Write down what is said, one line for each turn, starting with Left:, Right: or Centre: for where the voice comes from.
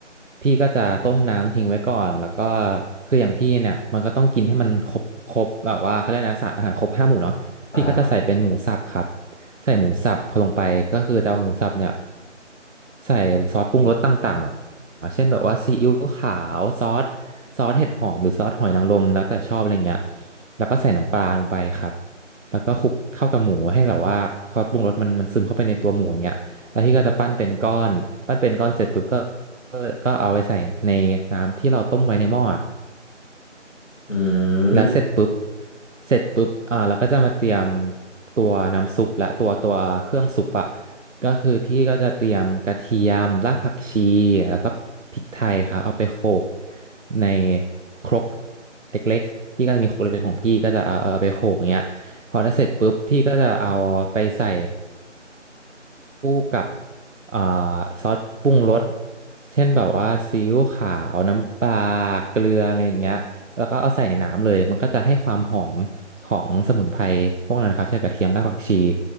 Right: พี่ก็จะต้มน้ำทิ้งไว้ก่อนแล้วก็คืออย่างพี่เนี่ยมันก็ต้องกินให้มันครบครบแบบว่าเขาเรียกนะสารอาหารครบห้าหมู่เนาะพี่ก็จะใส่เป็นหมูสับครับ
Left: อ่า
Right: ใส่หมูสับพอลงไปก็คือจะเอาหมูสับเนี่ยใส่ซอสปรุงรสต่างๆ เช่นแบบว่าซีอิ๊วขาวซอสซอสเห็ดหอมหรือซอสหอยนางรมแล้วแต่ชอบอะไรเงี้ยแล้วก็ใส่น้ำปลาลงไปครับแล้วก็คลุกเข้ากับหมูให้แบบว่าซอสปรุงรสมันมันซึมเข้าไปในตัวหมูอย่างเงี้ยแล้วที่ก็จะปั้นเป็นก้อนปั้นเป็นก้อนเสร็จปุ๊บก็ก็ก็เอาไปใส่ในน้ำที่เราต้มไว้ในหม้ออะ
Left: อืม
Right: แล้วเสร็จปุ๊บเสร็จปุ๊บอ่าเราก็จะมาเตรียมตัวน้ำซุปและตัวตัวเครื่องซุปอะก็คือพี่ก็จะเตรียมกระเทียมรากผักชีแล้วก็พริกไทยครับเอาไปโขลกในครกเล็กๆพี่ก็จะมีครกเล็กๆของพี่ก็จะเอาเอาไปโขลกอย่างเงี้ยพอได้เสร็จปุ๊บพี่ก็จะเอาไปใส่ คู่กับอ่าซอสปรุงรสเช่นแบบว่าซีอิ๊วขาวน้ำปลาเกลืออะไรอย่างเงี้ยแล้วก็เอาใส่ในน้ำเลยมันก็จะให้ความหอมของสมุนไพรพวกนั้นนะครับเช่นกระเทียมรากผักชี